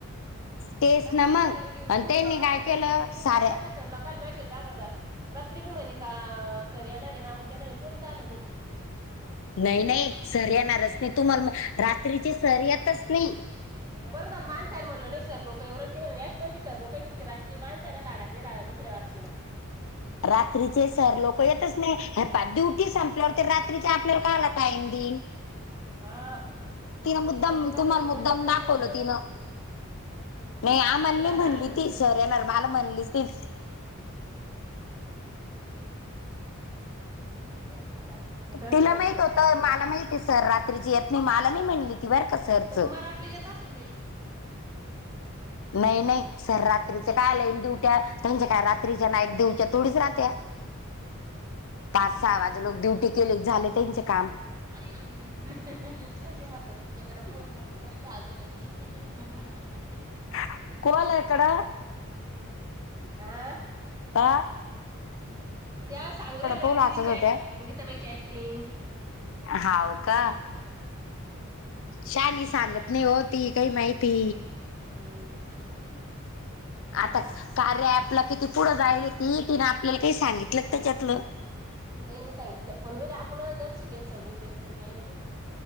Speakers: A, on the left; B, on the right.
A: तेच
B: रात्री
A: ना मग
B: भी माारी
A: आणि
B: ग्रुप
A: त्यांनी
B: वर
A: काय
B: टाकायला
A: केलं
B: भ तिच्या ग्रुप
A: साऱ्या
B: वरला त्या सरला काल मेसेज दाखवच रात्री बी मनी का सर येणारे नामक येणार कोणी चाल नाही ह
A: नाही नाही सर यणारच नाही तुम्हाला रात्रीचे सर यतच नाही.
B: बरं माणसा म्हणलंल नाही सर लोक उरल म्हणलं या कोणती सर लोक तुमची रातची मानसाय नाडा नाही दुसऱ्यावर चीना
A: रात्रीचे सर लोक येतच नाही हे पा ड्युटी संपलं तर रात्रीचे आपल्याला काला टाईम दिन?
B: हा
A: मुद्दाम
B: पण मग
A: तुम्हाला
B: आता ह
A: मुद्दाम
B: बनलवाणी
A: दाखवलं
B: करतीस्तला
A: तिनं
B: आता
A: नाही आम्हाला नाही म्हणली
B: आ गेली
A: ती सर येणार मला म्हणलीच ती
B: <unintelligible> <unintelligible>
A: तिला माहित
B: ती आता
A: होतं,
B: आणि काय
A: मला माहिती आहे सर रात्रीची यात नाही मला नाही म्हणली ती बरं का सरच.
B: मला वाटलं येत असन बाई
A: नाही नाही सर रात्रीचे कायला ईन दीवट्या त्यांच्या काय रात्रीच्या नाईट दिवटी थोडीच राहते पाच सहा वाजे लोक ड्युटी केले झाले त्यांचे काम.
B: <unintelligible> <unintelligible>
A: <inaudible> कोणाकडं
B: आं
A: काय
B: त्या सांगू राहिल रातची
A: पाऊल वाचत
B: तिची
A: होत्या.
B: गिता बाहिची अॅक्टिंग
A: हाव का शाली सांगत क नाही होती काही माहिती
B: ह सांगत नाही
A: आता कार्य आपलं किती पुढं राहिल ती तिनं आपल्याला काही सांगितलं त्याच्यातलं
B: का नाही सांगितलं फोन आपण काण शिकेल सगरे दिस तरी काय एवढं